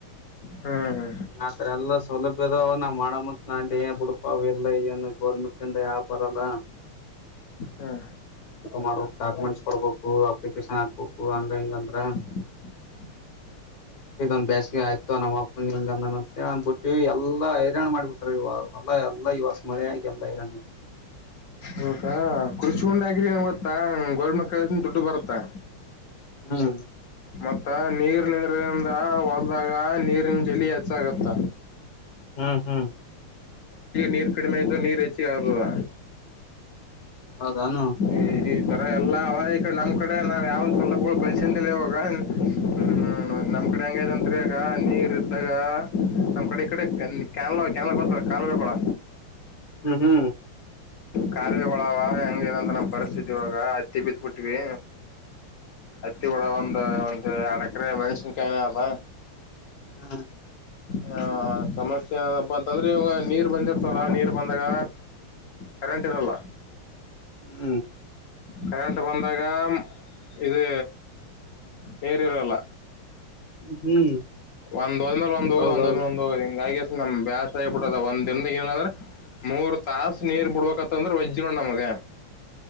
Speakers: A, on the left; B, on the left.
A: ಹ್ಮ ಹ್ಮ
B: ಆತ್ರ ಎಲ್ಲ ಸೌಲಭ್ಯದ ನಾವ ಮಾಡಮ್ಮತ್ ನ ಏನ್ ಬಿಡ್ಪ ಅವ ಎಲ್ಲ ಏನು ಗೋರ್ಮೆಂಟ್ಂದ ಯಾವ ಬರಲ್ಲ
A: ಹ್ಮ್
B: ಮಾಡ ಡಾಕ್ಯುಮೆಂಟ್ಸ್ ಕೊಡ್ಬೇಕು ಅಪ್ಲಿಕೇಶನ್ ಹಾಕ್ಬೇಕು ು ಆನ್ಲೈನ್ ಅಂದ್ರ
A: ಹ
B: ತಂದು ಬಸ ನಮ್ಮ ಅಪ್ಪ ನ ಬಿಟ್ಟ ಎಲ್ಲಾ ಹೈರಾಣ ಮಾಡಿಬಿಟ್ರರು ಇವಲ್ಲ ಎಲ್ಲ ಇವಾಸ ಮಳೆ ಆಗ ಎಲ್ಲ ಇರ
A: ಹಾ ಕರ್ಚಕೊಂಡ್ ಆಗ್ರಿ ನಂಗಗೆ ಗೊತ್ತಾ ಗೋರ್ ಮಕ್ಕಳ ದುಡ್ಡು ಬರುತ್ತಾ
B: ಹ್ಮ್
A: ತ್ತ ನೀರ್ನದಿಂದ ಹೊಳ್ದಾಗ ನೀರಿನ ಜಲಿ ಹೆಚ್ಚಾಗುತ್ತ
B: ಹ್ಮ್ ಹ್ಮ್
A: ನೀರ್ ಕಡಿಮೆ ಇದ್ದು ನೀರ್ ಹೆಚ್ಚಿಗೆ ಆಗ್ತದ
B: ಹೌದಾನ
A: ಈ ಈ ತರ ಎಲ್ಲ ಈಡೆ ನಮ್ ಕಡೆ ನಾವ್ ಯಾವ್ ಸ್ವಲಪ ಪಲ್ಸನ್ ಇಾವಾಗ ಹ್ಮ್ ಹ್ಮ ನಮ್
B: ಹ್ಮ್
A: ಕಡೆ ಹೆಂಗಂ್ರ ನೀರ್ ಇದ್ದಾಗ ನಮ್ ಕಡೆ ಈ ಕಡೆ ಕನ್ ಕ್ಯನ್ಲ್ ಗತ್ತಾರ ಕಾಲ ಬ ಕೊಡ
B: ಹ್ಮ್ ಹ್ಮ್
A: ಕಾಲಿಗೆ ಒಳಾವ ಹೆಂಗಂತ ನಮ್ಮ್ ಪರಿಸ್ಥಿತಿ ಇವಾಗ ಹತ್ತಿ ಬಿತ್ಬಿಟ್ವಿ ಅತ್ತಿ ಕೂಡ ಒಂದ ಒಂದು ಎರಡ ಎಕರೆ ಮನುಷನ್ ಕಾಯನ ಅಬ
B: ಹಾ
A: ಹ ಸಮಸ್ಯೆ ಏನದಪ್ಪ ಅಂತಂದ್ರೆ ಇವ ನೀರ್ ಬಂದಿರ್ತವ್ರ ನೀರ್ ಬಂದಾಗ ಕರೆಂಟ್ ಇರಲ್ಲ
B: ಹ್ಮ್
A: ಕರೆಂಟ್ ಬಂದಾಗ ಇದು ನೀರಿರಲ್ಲ
B: ಹ್ಮ್
A: ಒಂದ್ ಒಂದ ಒಂದ ಹೋಗದ
B: ಹೌದೌದು
A: ಒಂದ ಒಂದ ಹ ಹಿಂಗ ನಮ್ ಬೇಸ್ ಆಗಿಬ ಬಿಡದ ಒಂದ ದಿನದ ಏನ ಅಂದ್ರೆ ಮೂರ್ ತಾಸ ನೀರ್ ಬಿಡ್ಬೇಕತ್ಂದ್ರೆ ವಜ್ರ ನಮಗ ಹ